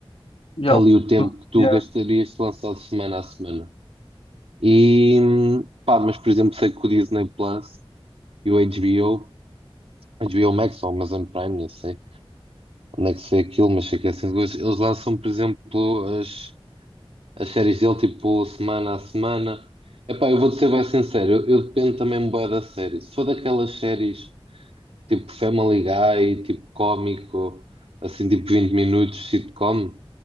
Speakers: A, on the left; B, on the right.
A: E
B: ali
A: há o-
B: o tempo que tu
A: Yeah.
B: gastarias se lançado semana a semana. E pá, mas por exemplo, sei que o Disney Plus e o HBO, HBO Max ou Amazon Prime, não sei onde é que se vê aquilo, mas sei que é assim, de gosto. eles lançam, por exemplo, as, as séries dele tipo semana a semana. Epá, eu vou-te ser bem sincero, eu, eu dependo também bué da série. Se for daquelas séries tipo Family Guy, tipo cómico, assim tipo 20 minutos, sitcom.